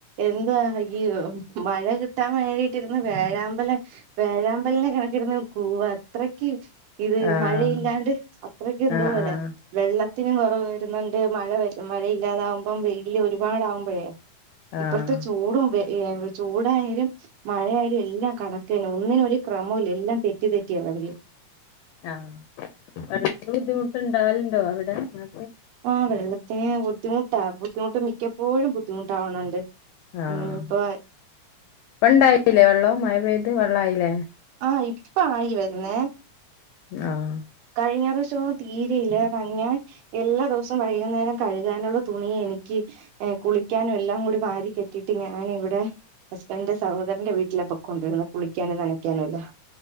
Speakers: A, on the right; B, on the left.
A: എന്തവാ ഈ മഴ കിട്ടാൻ വേണ്ടിട്ടിരന്ന് വേഴാമ്പലം വേഴാമ്പലിന്റെ കണക്കെടുന്ന് നിക്കൂ അത്ര അത്രക്ക് ഇത്
B: ആഹ്
A: മഴയില്ലാണ്ട് അത്രക്കെ എന്തോ
B: ആഹ്
A: പോലെ
B: ആഹ്
A: വെള്ളത്തിനും കുറവ് വരുന്നുണ്ട് മഴ മഴയില്ലാതാവുമ്പം വെയില് ഒരുപാട് ആകുമ്പോഴേ
B: ആഹ്
A: ഇപ്പഴത്തെ ചൂടും ഏ ചൂടായാലും മഴയാലും എല്ലാം കണക്കേന ഒന്നിനും ഒരു ക്രമവുംല്ല എല്ലാം തെറ്റി തെറ്റിയാണ് അതില്
B: ആഹ് വെള്ളത്തിന് ബുദ്ധിമുട്ടുണ്ടാവലുണ്ടോ അവിടെ അ
A: ആഹ് വെള്ളത്തിന് ബുദ്ധിമുട്ടാ ബുദ്ധിമുട്ട് മിക്കപ്പോഴും ബുദ്ധിമുട്ടാവണണ്ട്
B: ആഹ്
A: ഉം ഇപ്പൊ
B: ഇപ്പണ്ടായില്ലേ വെള്ളവും മഴ പെയ്ത് വെള്ളമായില്ലേ
A: ആ ഇപ്പ ആയി വരുന്നേ
B: ആഹ്
A: കഴിഞ്ഞ പ്രാവശ്യം ഒന്നും തീരെയില്ല കഴിഞ്ഞ എല്ലാ ദിവസം വൈകുന്നേരം കഴുകാനുള്ള തുണി എനിക്ക് കുളിക്കാനും എല്ലാം കൂടി വാരി കെട്ടിട്ട് ഞാനിവിടെ ഹസ്ബന്റ് ന്റെ സഹോദരന്റെ വീട്ടിലെ പൊകൊണ്ടിരുന്ന് കുളിക്കാനും നനക്കാനും എല്ലാം